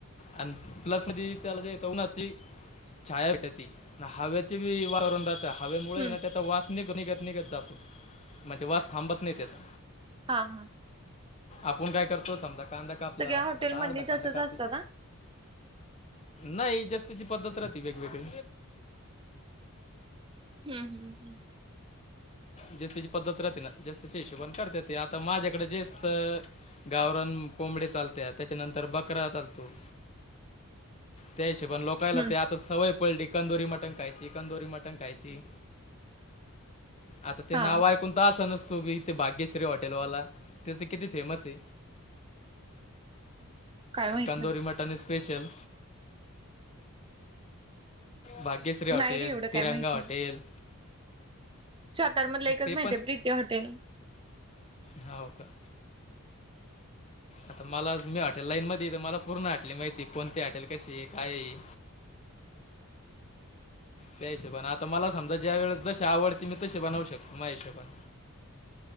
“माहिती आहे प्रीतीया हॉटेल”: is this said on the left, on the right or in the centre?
Right